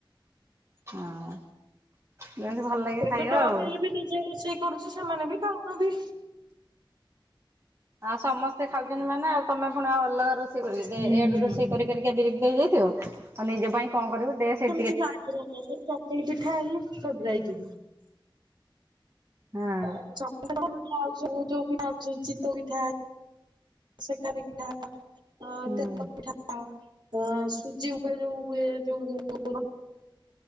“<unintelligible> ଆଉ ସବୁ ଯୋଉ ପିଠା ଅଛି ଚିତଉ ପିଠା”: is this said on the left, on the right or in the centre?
Right